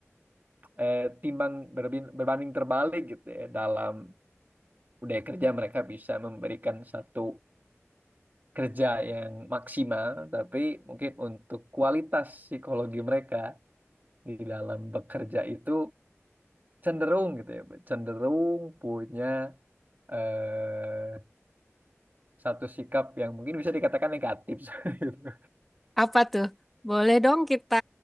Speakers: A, on the right; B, in the centre.
A: eh, timbang berbin- berbanding terbalik gitu ya dalam budaya kerja mereka bisa memberikan satu kerja yang maksimal, tapi mungkin untuk kualitas psikologi mereka di dalam bekerja itu cenderung gitu ya, cenderung punya eh, satu sikap yang mungkin bisa dikatakan negatif. <laughs> gitu.
B: Apa tuh? Boleh dong kita